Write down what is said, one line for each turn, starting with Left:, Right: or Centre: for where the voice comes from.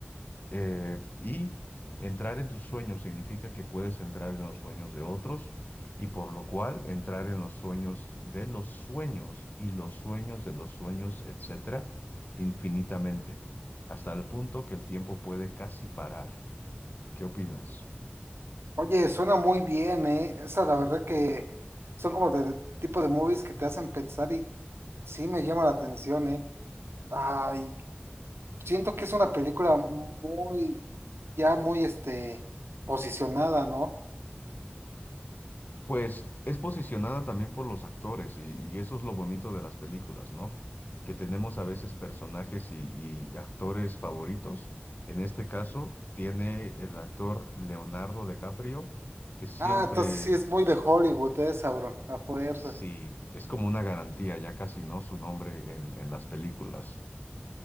Left: Eh, y entrar en tus sueños significa que puedes entrar en los sueños de otros y por lo cual entrar en los sueños de los sueños y los sueños de los sueños, etcétera, infinitamente, hasta el punto que el tiempo puede casi parar. ¿Qué opinas?
Right: Oye, suena muy bien, ¿eh? Esa, la verdad que son como de tipo de movies que te hacen pensar y sí me llama la atención, ¿eh? Ay, siento que es una película muy, ya muy, este, posicionada, ¿no?
Left: Pues es posicionada también por los actores y, y eso es lo bonito de las películas, ¿no? Que tenemos a veces personajes y, y actores favoritos. En este caso tiene el actor Leonardo DiCaprio, que siempre,
Right: Ah, entonces sí es muy de Hollywood esa, bro, a fuerzas.
Left: sí, es como una garantía, ya casi, ¿no? Su nombre en, en las películas.